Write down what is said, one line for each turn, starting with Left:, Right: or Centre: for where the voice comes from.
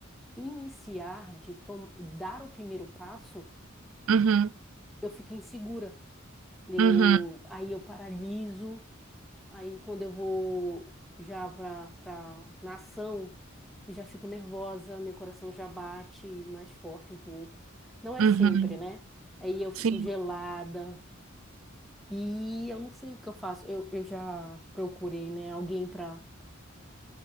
Centre: iniciar, de tom- dar o primeiro passo,
Right: uhum,
Centre: eu fico insegura. Eu,
Right: uhum,
Centre: aí eu paraliso, aí quando eu vou já para para na ação, eu já fico nervosa, meu coração já bate mais forte um pouco. Não é
Right: uhum.
Centre: sempre, né? Aí eu fico
Right: Sim,
Centre: gelada E eu não sei o que eu faço. Eu, eu já procurei, né, alguém para